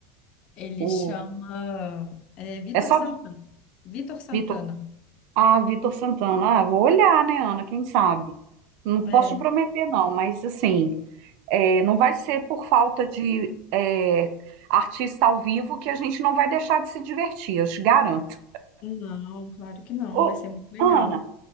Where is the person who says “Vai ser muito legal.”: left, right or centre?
Left